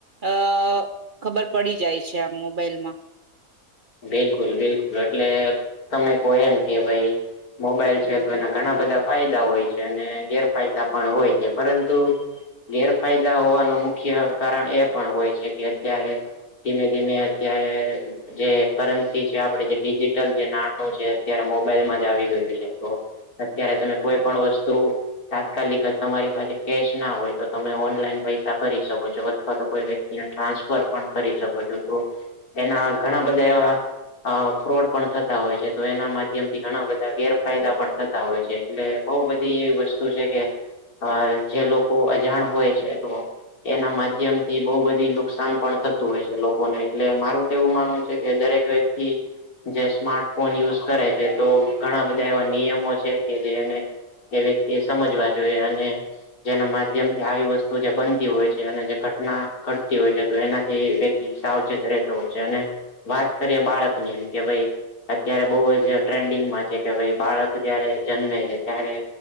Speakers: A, on the right; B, on the left.
A: અહ ખબર પડી જાય છે આ મોબાઈલમાં.
B: બિલકુલ-બિલકુલ, એટલે તમે કહો એમ કે ભઈ મોબાઈલ છે, તો એના ઘણા બધા ફાયદા હોય છે, અને ગેરફાયદા પણ હોય છે, પરંતુ ગેરફાયદા હોવાનું મુખ્ય કારણ એ પણ હોય છે કે અત્યારે ધીમે-ધીમે અત્યારે જે કરન્સી છે, આપણે જે ડિજિટલ જે નાણું છે અત્યારે મોબાઈલમાં જ આવી ગયું છે, તો અત્યારે તમે કોઈ પણ વસ્તુ તાત્કાલિક જ તમારી પાસે કેશ ના હોય તો તમે ઓનલાઈન પૈસા કરી શકો છો, અથવા તો કોઈ વ્યક્ ક્તિને ટ્રાન્સફર પણ કરી શકો છો. તો એના ઘણા બધા એવા અહ ફ્રોડ પણ થતા હોય છે, તો એના માધ્યમ થી ઘણા બધા ગેરફાયદા પણ થતા હોય છે, એટલે બહુ બધી એવી વસ્તુ છે કે અહ જે લોકો અજાણ હોય છે તો એના માધ્યમ થી બહુ બધી નુકસાન પણ થતું હોય છે લોકોને, એટલે મારું તો એવું માનવું છે કે દરેક વ્યક્તિ જે સ્માર્ટફોન યુઝ કરે છે તો ઘણા બધા એવા નિયમો છે કે જે એને એ વ્યક્તિ એ સમજવા જોઈએ. અને જેના માધ્યમ થી આવી વસ્તુ જે બનતી હોય છે, અને જે ઘટના ઘટતી હોય છે તો એનાથી વ્યક ઈ સાવચેત રહેતો હોય છે, અને વાત કરીએ બાળક ની કે ભઈ અત્યારે બહું જ ટ્રેન્ડિંગમાં છે કે ભાઈ બાળક જયારે જન્મે છે ત્યારે